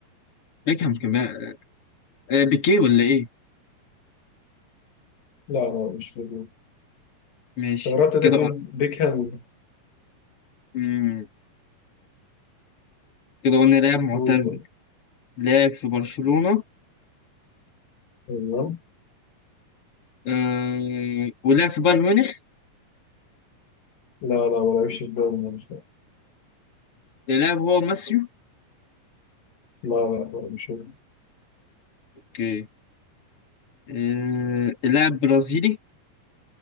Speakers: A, on the left (about 40°); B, on the left (about 85°).
A: بيكهام كان بيلعب آه... بيكيه ولا ايه
B: لا لا مش بيكهام
A: ماشي
B: استغربت أنت
A: كده
B: بتقول بيكهام
A: مم. كده قلنا لاعب معتزل
B: هو ده.
A: لاعب في برشلونة
B: أيوة
A: آه... ولاعب في بايرن ميونخ
B: لا لا ما لعبش في بالي
A: اللاعب هو ماسيو
B: لا لا لا مش هو
A: اوكي آه... اللاعب برازيلي